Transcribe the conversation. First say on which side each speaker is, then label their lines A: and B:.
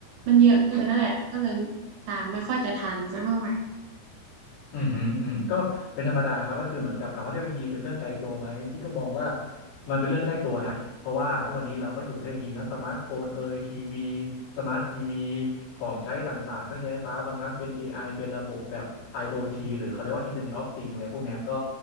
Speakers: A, on the right; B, on the left.
A: มันเยอะเกินนั่นแหละก็เลยตามไม่ค่อยจะทันสักเท่าไหร่
B: อืมฮึอืมก็เป็นธรรมดาครับก็คือเหมือนกับถามว่าเทคโนโลยีเป็นเรื่องไกลตัวไหม พี่ก็มองว่ามันเป็นเรื่องใกล้ตัวนะ เพราะว่าทุกวันนี้เราก็อยู่กับเทคโนโลยีเนอะสมาร์ทโฟนเอยทีวีสมาร์ททีวีของใช้ต่างๆเครื่องใช้ไฟฟ้าบางครั้งเป็น AI เป็นระบบแบบ IoT หรือเขาเรียกว่า Internet of Things อะไรพวกเนี้ยก็